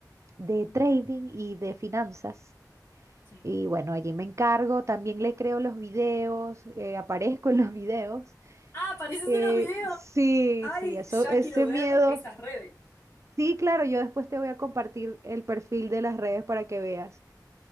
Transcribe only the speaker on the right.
de
trading y de finanzas.
Y bueno, allí me encargo, también le creo los videos, eh, aparezco en los <laughs> videos.
Eh,
sí,
sí, eso,
ese
miedo.
Sí, claro, yo después te voy a compartir el perfil de las redes para que veas.